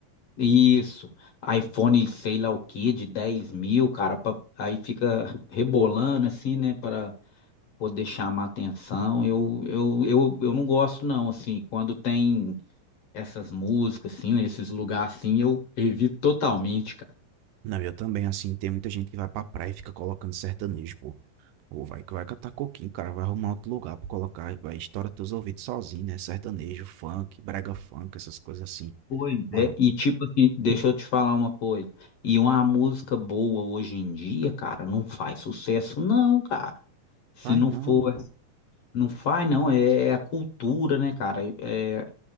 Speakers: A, on the left; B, on the right.
A: isso, iPhone sei lá o que, de 10 mil, cara, pra- aí fica rebolando assim, né, para poder chamar atenção. Eu, eu, eu, eu não gosto, não, assim, quando tem essas músicas, assim, esses lugares assim, eu evito totalmente,
B: Não, eu também, assim, tem muita gente que vai pra praia e fica colocando sertanejo, pô. Ou vai que vai catar coquinho, cara, vai arrumar outro lugar pra colocar, vai estourar teus ouvidos sozinho, né? Sertanejo, funk, brega funk, essas coisas assim.
A: Pois
B: Mano,
A: é, e tipo assim, deixa eu te falar uma coisa. E uma música boa hoje em dia, cara, não faz sucesso, não, cara. Se
B: vai
A: não
B: não,
A: for,
B: pô.
A: não faz, não. É, é a cultura, né, cara? É